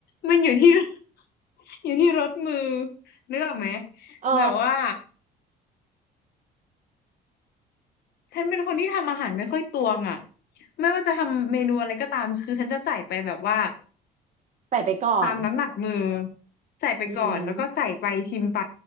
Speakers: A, on the left; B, on the right.
A: มันอยู่ที่ <laughs> อยู่ที่รสมือนึกออกไหม
B: อ๋อ
A: แบบว่าฉันเป็นคนที่ทำอาหารไม่ค่อยตวงอ่ะไม่ว่าจะทำเมนูอะไรก็ตามคือฉันจะใส่ไปแบบว่า
B: ใส่ไปก่อน
A: ตามน้ำหนักมือใส่ไปก่อนแล้วก็ใส่ไปชิมไป
B: อืม